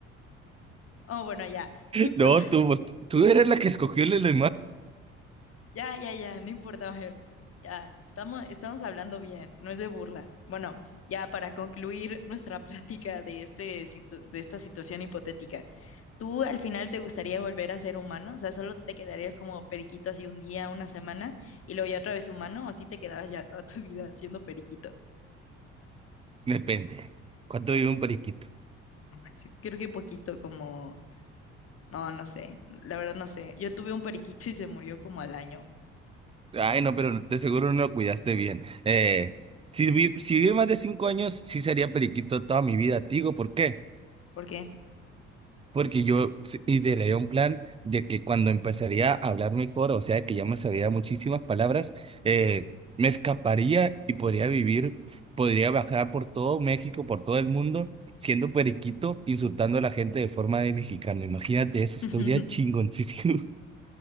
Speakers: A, on the left; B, on the right.
A: Oh, bueno, ya, no importa.
B: No, tú, tú eres la que escogió el animal.
A: Ya, ya, ya, no importa, Mayor. Ya, estamos, estamos hablando bien, no es de burla. Bueno, ya para concluir nuestra <laughs> plática de este, situ- de esta situación hipotética, ¿tú al final te gustaría volver a ser humano? O sea, ¿solo te quedarías como periquito así un día, una semana, y luego ya otra vez humano, o sí te quedarás ya toda tu vida siendo periquito?
B: Depende. ¿Cuánto vive un periquito?
A: Sí, Creo que poquito como... No, no sé, la verdad no sé. Yo tuve un periquito y se murió como al año.
B: Ay, no, pero de seguro no lo cuidaste bien. Eh, si vi, si vive más de cinco años, sí sería periquito toda mi vida. Te digo, ¿por qué?
A: ¿Por qué?
B: Porque yo s- ideé un plan de que cuando empezaría a hablar mejor, o sea, que ya me sabía muchísimas palabras, eh, me escaparía y podría vivir, podría bajar por todo México, por todo el mundo, siendo periquito, insultando a la gente de forma de mexicano. Imagínate eso,
A: <laughs>
B: estaría chingoncísimo. <laughs>